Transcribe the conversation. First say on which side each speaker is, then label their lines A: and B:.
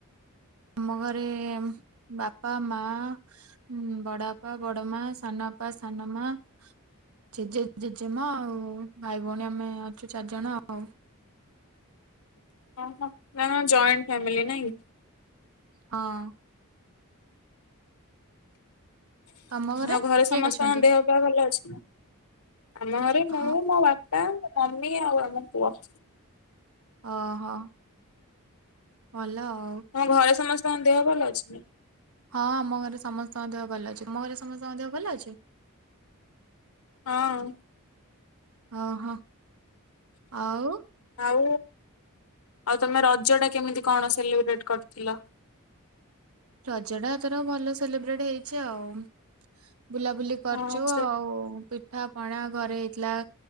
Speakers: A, on the right (about 75°); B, on the left (about 80°).
A: ଆମ ଘରେ ବାପା, ମା ଉଁ ବଡ଼ବାପା ବଡ଼ମା, ସାନବାପା, ସାନମା ଜେଜେ, ଜେଜେମା ଆଉ ଭାଇ ଭଉଣୀ ଆମେ ଅଛୁ ଚାରିଜଣ ଆଉ।
B: <unintelligible> ନା ତମର ଜଏଣ୍ଟ ଫ୍ୟାମିଲି ନାଇଁ।
A: ହଁ। ତମ
B: ଆଉ ଘରେ
A: କିଏ
B: ସମସ୍ତଙ୍କ
A: କିଏ ଅଛନ୍ତି?
B: ଦେହ ପା ଭଲ ଅଛି? ଆମ ଘରେ ମୁଁ
A: ହଁ
B: ମୋ ବା ପା ମମି ଆଉ ଆମ ପୁଅ।
A: ଅ ହ। ଭଲ ଆଉ।
B: ତମ ଘରେ ସମସ୍ତ ଙ୍କ ଦେହ ଭଲ ଅଛି ନା?
A: ହଁଁ ଆମ ଘରେ ସମସ୍ତଙ୍କ ଦେହ ଭଲ ଅଛି। ତମ ଘରେ ସମସ୍ତଙ୍କ ଦେହ ଭଲ ଅଛି?
B: ହଁ।
A: ହଁ ହଁ। ଆଉ
B: ଆଉ, ଆଉ ତମେ ରଜ ଟା କେମିତି କଣ ସେଲିବ୍ରେଟ୍ କରିଥିଲ?
A: ରଜ ଟା ଏଥର ଭଲ ସେଲିବ୍ରେଟ ହେଇଚି ଆଉ। ବୁଲାବୁଲି କରିଚୁ
B: ହଁ ସେ
A: ଆଉ। ପିଠା ପଣା ଘରେ ହେଇଥିଲା।